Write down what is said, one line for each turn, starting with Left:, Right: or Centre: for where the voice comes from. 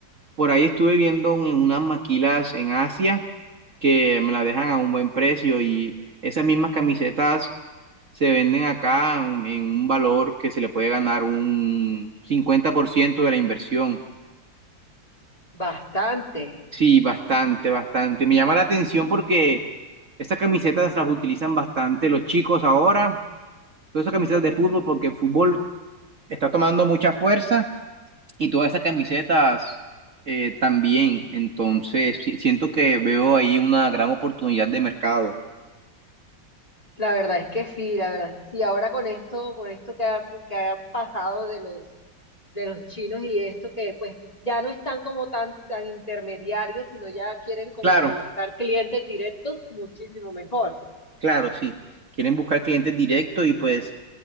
Right: Por ahí estuve viendo un- unas maquilas en Asia que me las dejan a un buen precio y esas mismas camisetas se venden acá en, en un valor que se le puede ganar un 50% de la inversión.
Left: Bastante,
Right: Sí, bastante, bastante. Me llama la atención porque estas camisetas las utilizan bastante los chicos ahora, todas esas camisetas de fútbol porque el fútbol está tomando mucha fuerza. Y todas estas camisetas eh, también. Entonces, si- siento que veo ahí una gran oportunidad de mercado.
Left: la verdad es que sí, la verdad es que sí. Ahora con esto, con esto que ha, que ha pasado de los, de los chinos y esto que pues ya no están como tan, tan intermediarios, sino ya quieren como
Right: Claro,
Left: que buscar clientes directos muchísimo mejor.
Right: claro, sí. Quieren buscar clientes directos y pues,